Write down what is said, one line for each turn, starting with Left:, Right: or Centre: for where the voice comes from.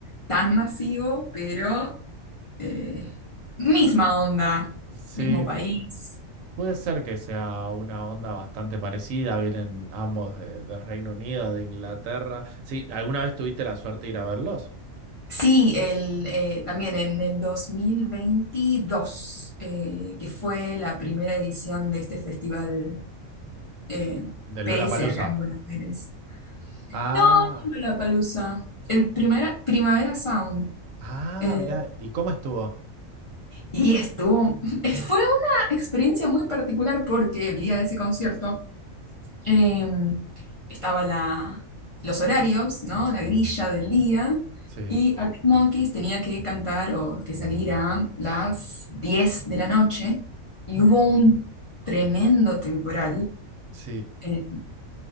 Left: tan masivo, pero eh, misma onda,
Right: Sí,
Left: mismo país.
Right: puede ser que sea una onda bastante parecida, vienen ambos de, de Reino Unido, de Inglaterra. Sí, ¿alguna vez tuviste la suerte de ir a verlos?
Left: Sí, el, eh, también en el 2022, eh, que fue la primera edición de este festival eh,
Right: Del
Left: PS
Right: Lollapalooza.
Left: acá en Buenos Aires.
Right: Ah,
Left: No, no Lollapalooza. El primera, Primavera Sound.
Right: ah,
Left: eh,
Right: mirá, ¿y cómo estuvo?
Left: y estuvo. <laughs> Fue una experiencia muy particular porque el día de ese concierto eh, estaba la, los horarios, ¿no? La grilla del día.
Right: Sí,
Left: Y Arctic Monkeys tenía que cantar o que salir a las 10 de la noche. Y hubo un tremendo temporal.
Right: sí,
Left: eh,